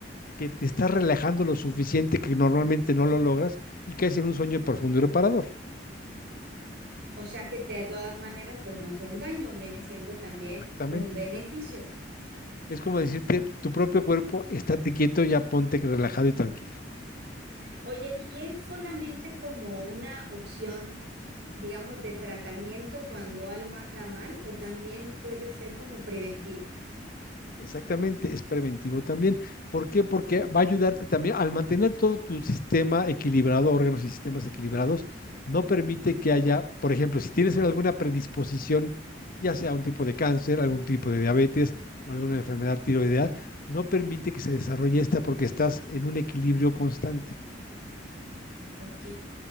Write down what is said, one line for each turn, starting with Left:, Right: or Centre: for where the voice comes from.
Left: que te estás relajando lo suficiente que normalmente no lo logras y caes en un sueño profundo y reparador.
Right: O sea que de todas maneras, pues no fue un daño, viene siendo también
Left: Exactamente.
Right: un beneficio.
Left: Es como decirte, tu propio cuerpo, estate quieto, ya ponte relajado y tranquilo.
Right: Oye, ¿y es solamente como una opción, digamos, de tratamiento cuando algo anda mal o también puede ser como preventivo?
Left: Exactamente, es preventivo también. ¿Por qué? Porque va a ayudarte también al mantener todo tu sistema equilibrado, órganos y sistemas equilibrados, no permite que haya, por ejemplo, si tienes alguna predisposición, ya sea un tipo de cáncer, algún tipo de diabetes o alguna enfermedad tiroidea, no permite que se desarrolle esta porque estás en un equilibrio constante.
Right: Ok.